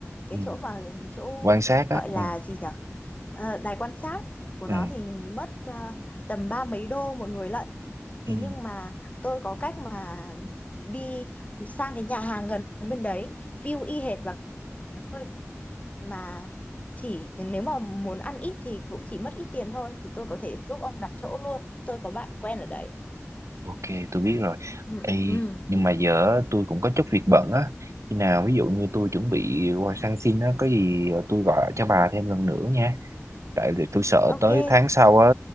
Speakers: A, on the left; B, on the right.
A: cái
B: ừ.
A: chỗ mà chỗ
B: quan sát á
A: gọi
B: ừ,
A: là gì nhở Ờ, đài quan sát của
B: ừ,
A: nó thì mất ờ, tầm ba mấy đô một người lận. Thế
B: ừ.
A: nhưng mà tôi có cách mà đi sang cái nhà hàng gần bên đấy, view y hệt và tôi mà chỉ nếu mà muốn ăn ít thì cũng chỉ mất ít tiền thôi thì tôi có thể giúp ông đặt chỗ luôn. Tôi có bạn quen ở đấy.
B: ok tôi biết rồi
A: Ừ,
B: Ê,
A: ừ.
B: nhưng mà giờ á, tôi cũng có chút việc bận á khi nào ví dụ như tôi chuẩn bị qua sang xin á có gì tôi gọi cho bà thêm lần nữa nha tại vì tôi sợ
A: Ok.
B: tới tháng sau á